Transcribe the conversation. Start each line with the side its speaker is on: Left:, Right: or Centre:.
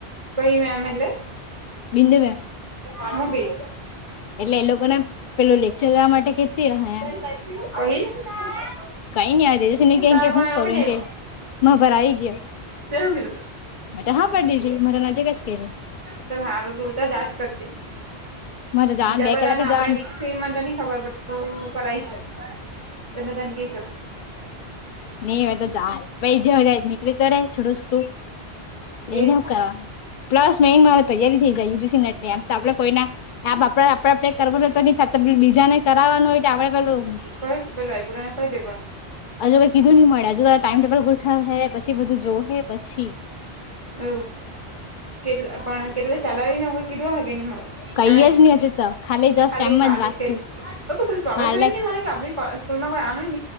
Right: કઈ મેમ એલ
Left: વિંદ મે
Right: હ ન બી
Left: એટલે એ લોકો ને પેલું લેક્ચર લેવા માટે કેતી હોમ
Right: તકી કહી તારા
Left: કઈ ન આ દેદી સુને
Right: પણ
Left: ગયા
Right: આવ્યો
Left: હું કરું
Right: કે નહી આવ્યો
Left: વ ભરાઈ ગયા
Right: તે ગનું
Left: મેં તો હા પાડી દીધી મારા નજીક જ કે
Right: ચ હારું જો તો જ આજ કરજે
Left: મારે તો જવાનું
Right: બીજા
Left: બે
Right: બધાને
Left: કલાક જ
Right: આપડાે
Left: જવાનું
Right: રીક્ષા શ્રીમંતની ખબર પત કરઈ સ તમે તેનકી સ
Left: નહીં મે તો જાય પછ જવ દ નહી ત છટ છોટું
Right: એજ
Left: એ પ્લસ મેન મા તૈયારી થઈ જાય યુજીસીટ ની એમ તો આપણે કોઈ આમ આપ કર્ તો ન થ બીજાને કરાવવાનું હોય આપડે પેલું
Right: કઈ વાયપુરા કઈ લેબર
Left: હજુ કઈ કીધું નહી મળે હજુ ત ટાઈમ ટેબલ ગોઠવે પછી બધું જો હ પછી
Right: હ કેટલા પણ કેટલા સેલરી ન કીધું હો કે ન
Left: કઈ
Right: એમે
Left: જ નહી હજુ તો જસ્ટ
Right: ખાલી
Left: એમ
Right: વા
Left: જ વાત
Right: કરી
Left: થઈ
Right: ઓ કોઈ ભરાસર
Left: હાલે
Right: ને મને કે આપણે સ્કૂલમાં કોઈ આનું